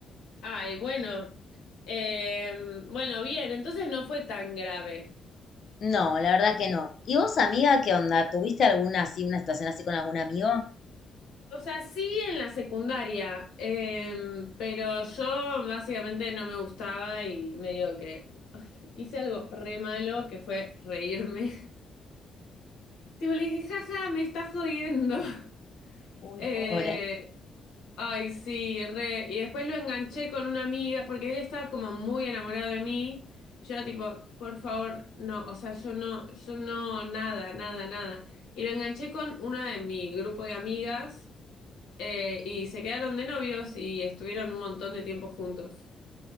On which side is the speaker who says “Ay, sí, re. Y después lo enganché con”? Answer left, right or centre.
Left